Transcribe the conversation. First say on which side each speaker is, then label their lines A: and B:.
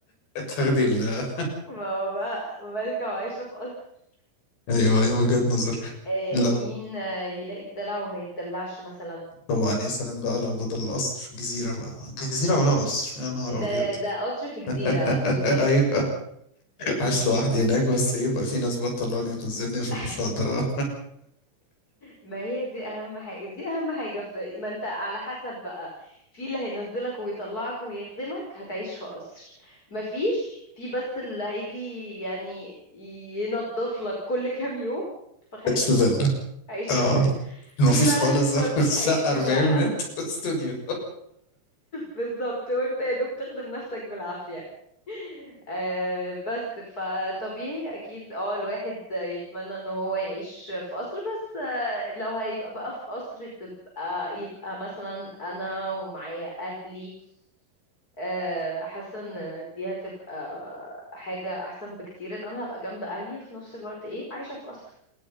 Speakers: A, on the left; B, on the left.
A: تاخدي ال
B: ما هو بقى مالكه وعايشه في قصر
A: <laughs> ايوه ايوه وجهة نظر
B: آه،
A: لو
B: مين آه، يلاقي الدلع وما يتدلعش مثلا
A: طبعا يا سلام بقى لو بدل القصر جزيرة بقى جزيرة على قصر يا نهار
B: ده
A: أبيض
B: ده قصر في جزيره
A: <laughs>
B: بالظبط
A: ايوه
B: دي
A: عايش
B: دي
A: لوحدي هناك بس ايه بقى في ناس بقى تطلعني وتنزلني عشان
B: <laughs>
A: مش هقدر
B: ما هي دي اهم حاجة دي اهم حاجة في ما انت على حسب بقى في اللي هينزلك ويطلعك ويخدمك هتعيش في قصر ما فيش في بس اللي هيجي يعني ينظف لك كل كام يوم فخليك
A: اعيش في فيلا
B: عايش
A: اه
B: في فيلا
A: مفيش
B: في بقى
A: خالص
B: <laughs>
A: <laughs>
B: هيعيش
A: شقة
B: في
A: 40
B: شقة
A: متر استوديو
B: بالظبط وانت يا دوب تخدم نفسك بالعافية <laughs> آه بس فطبيعي اكيد اه الواحد يتمنى ان هو يعيش في قصر بس آه لو هيبقى بقى في قصر تبقى يبقى مثلا انا ومعايا اهلي آه حاسة ان دي هتبقى حاجة احسن بكتير ان انا هبقى جنب اهلي وفي نفس الوقت ايه عايشة في قصر